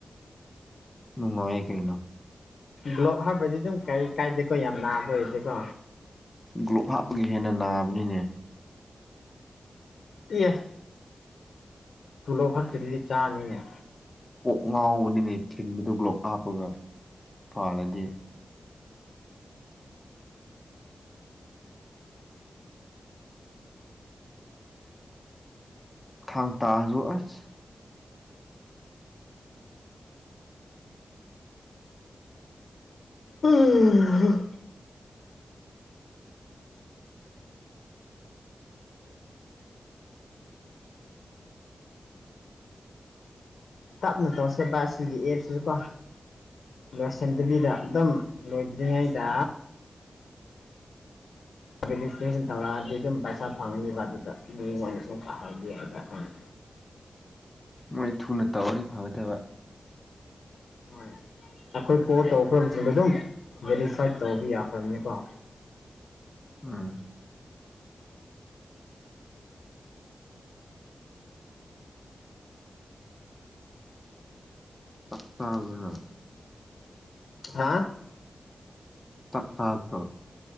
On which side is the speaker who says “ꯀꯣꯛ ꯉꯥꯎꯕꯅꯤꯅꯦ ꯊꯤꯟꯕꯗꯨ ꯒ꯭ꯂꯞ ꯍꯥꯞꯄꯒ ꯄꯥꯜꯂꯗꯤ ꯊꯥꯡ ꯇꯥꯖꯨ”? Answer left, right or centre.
Left